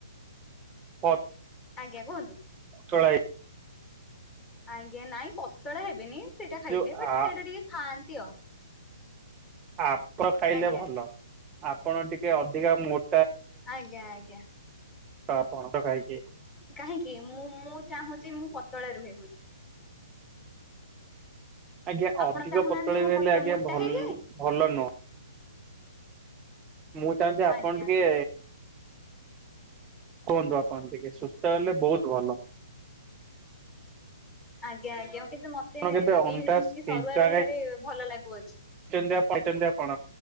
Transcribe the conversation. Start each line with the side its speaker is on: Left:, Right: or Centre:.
Right: କଟ୍।
Left: ଆଜ୍ଞା କୁହନ୍ତୁ।
Right: ଚଳାଇ।
Left: ଆଜ୍ଞା ନାଇଁ ପତଳା ହେବେନି ସେଇଟା ଖାଇଲେ
Right: ଯୋଉ
Left: ବଟ
Right: ଆ
Left: ସେଇଟା ଟିକେ ଖାଆନ୍ତି। ତୀ ଆଉ।
Right: ଆପ ଖାଇଲେ
Left: ଆଜ୍ଞା
Right: ଭଲ ଆପଣ ଟିକେ ଅଧିକା ମୋ
Left: ଆଜ୍ଞା ଆଜ୍ଞା।
Right: <unintelligible> ଖାଇକି।
Left: କାହିଁକି ମୁଁ ମୁଁ ଚାହୁଁଛି ମୁଁ ପତଳା ରୁହେ ବୋଲି।
Right: ଆଜ୍ଞା
Left: ଆପଣ
Right: ଅଧିକ
Left: ଚାହୁଁନାହାନ୍ତି
Right: ପତଳ
Left: ମୁଁ
Right: ହେଲେ
Left: ପତ
Right: ଆଜ୍ଞା
Left: ମୋଟା
Right: ଭଲ
Left: ହେଇଯାଏ
Right: ଭଲ ନୁହଁ। ମୁଁ ଚାହୁଁଛି ଆପଣ
Left: ଆଜ୍ଞା।
Right: ଟିକେ କୁହନ୍ତୁ ଆପଣ ଟିକେ ସୁସ୍ଥ ହେଲେ ବହୁତ ଭଲ।
Left: ଆଜ୍ଞା ଆଜ୍ଞା କିନ୍ତୁ ମତେ
Right: ଆପଣ
Left: ଏଇ
Right: କେବେ ଅଣ୍ଡା
Left: ଏମିତି
Right: ସିଝା
Left: ସରୁଆ ରହିବାରେ ଭଲ ଲାଗୁଅଛି।
Right: ଖାଇଛନ୍ତି ଖାଇଛନ୍ତି ଆପଣ?